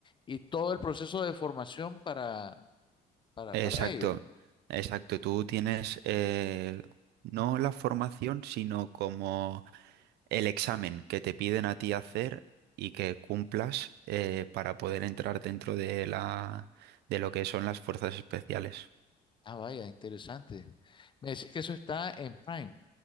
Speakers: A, on the left; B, on the right.
A: y todo el proceso de formación para, para,
B: Exacto,
A: para ello.
B: exacto. Tú tienes eh, no la formación, sino como... el examen que te piden a ti hacer y que cumplas eh, para poder entrar dentro de la de lo que son las fuerzas especiales.
A: Ah, vaya, interesante. Me decís que eso está en Prime.